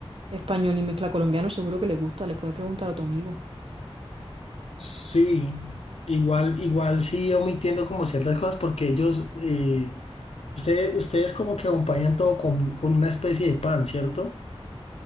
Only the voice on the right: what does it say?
español y mezcla colombiano, seguro que les gusta. Les puedes preguntar a tu amigo.